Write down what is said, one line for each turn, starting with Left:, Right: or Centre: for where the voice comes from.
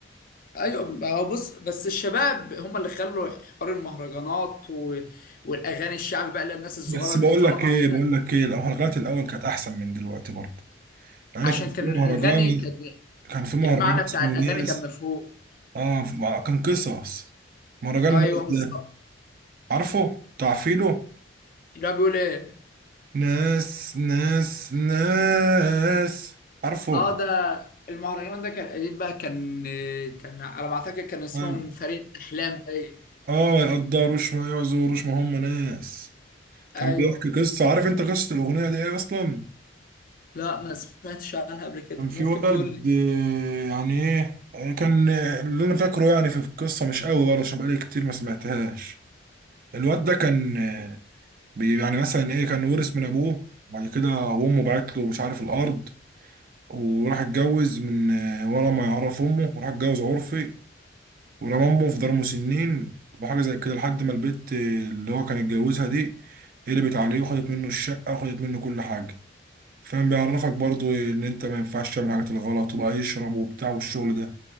Left: ايوه ما هو بص بس الشباب هم اللي خلوا حوار المهرجانات و... والاغاني الشعبي بقى للناس الصغيره
Right: بس بقول
Left: اللي طالعه
Right: لك ايه
Left: كده
Right: بقول لك ايه المهرجانات الاول كانت احسن من دلوقتي برضه يعني
Left: عشان
Right: كان
Left: كان
Right: في
Left: الاغاني
Right: مهرجان
Left: كان
Right: كان في مهرجان
Left: المعنى
Right: اسمه
Left: بتاع الاغاني
Right: ناس
Left: كان مفهوم
Right: اه ف- كان قصص مهرجان
Left: ايوه
Right: ناس
Left: بالظبط
Right: ده عارفه بتاع فيلو
Left: اللي هو بيقول ايه
Right: ناس ناس ناس عارفه
Left: اه ده المهرجان ده كان قديم بقى كان كان على ما اعتقد كان اسمهم
Right: اه
Left: فريق احلام باين
Right: آه، ما يقدروش ما يعذروش ما هم ناس كان
Left: ايوه
Right: بيحكي قصة عارف انت قصة الأغنية دي ايه أصلا
Left: لا ما سمعتش عنها قبل كده
Right: كان في
Left: ممكن
Right: ولد
Left: تقول لي
Right: آه، يعني ايه آه، كان آه، اللي انا فاكره يعني في القصة مش قوي برضه عشان بقالي كتير ما سمعتهاش الواد ده كان آه، بي- يعني مثلا ايه كان ورث من ابوه وبعد كده امه بعت له مش عارف الارض وراح اتجوز من آه، ورا ما يعرف امه وراح اتجوز عرفي ورمى امه في دار مسنين وحاجه زي كده لحد ما البت آه، اللي هو كان اتجوزها دي قلبت عليه وخدت منه الشقه وخدت منه كل حاجه فاهم بيعرفك برضو ان انت ما ينفعش تعمل الحاجات الغلط وبقى يشرب وبتاع والشغل ده